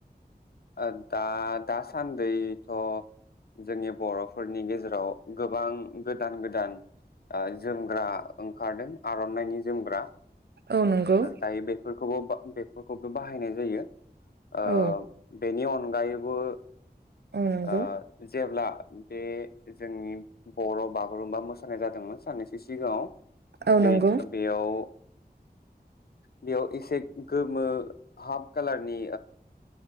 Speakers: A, on the left; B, on the right.
A: आ दा दासान्दै थ जोंनि बर' फोरनि गेजेराव गोबां गोदान गोदान ओ जोमग्रा ओंखारदों आर'नाइनि जोमग्रा
B: औ नंगौ
A: दायो बेफोरखौबो बेफोरखौबो बाहायनाय जायो। ओ
B: औ
A: बेनि अनगायैबो ओ
B: औ नंगौ
A: जेब्ला बे जोंनि बर' बा गुरुमबा मोसा नाय जादोंमोन साननैसो सिगाङाव
B: औ
A: बे
B: नंगौ
A: बेयाव बेयाव एसे गोमो हाफ कालारनि